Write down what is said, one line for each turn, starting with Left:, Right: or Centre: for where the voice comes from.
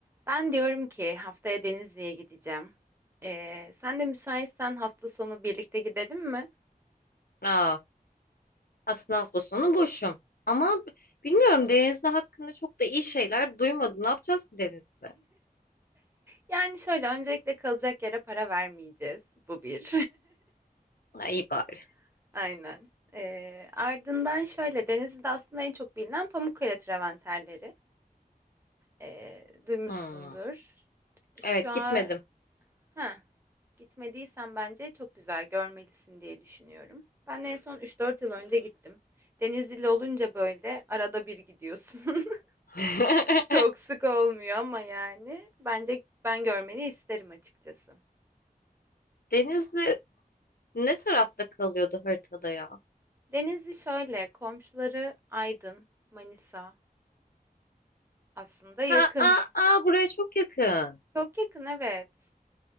Right: Ben diyorum ki haftaya Denizli'ye gideceğim. Ee, sen de müsaitsen hafta sonu birlikte gidelim mi?
Left: Aa, aslında hafta sonu boşum. Ama b- bilmiyorum Denizli hakkında çok da iyi şeyler duymadım. Ne yapacağız ki Denizli?
Right: Yani şöyle öncelikle kalacak yere para vermeyeceğiz. Bu bir.
Left: Ha, iyi bari.
Right: <laughs> Aynen. Ee, ardından şöyle Denizli'de aslında en çok bilinen Pamukkale travertenleri. Ee, duymuşsundur.
Left: Hmm.
Right: Şu
Left: Evet
Right: an
Left: gitmedim.
Right: ha, gitmediysen bence çok güzel görmelisin diye düşünüyorum. Ben en son üç dört yıl önce gittim. Denizli'li olunca böyle arada bir gidiyorsun. <laughs>
Left: <laughs>
Right: Çok sık olmuyor ama yani bence ben görmeni isterim açıkçası.
Left: Denizli ne tarafta kalıyordu haritada ya?
Right: Denizli şöyle komşuları Aydın, Manisa aslında yakın.
Left: Ha, aa, aa, buraya çok yakın.
Right: Çok yakın evet.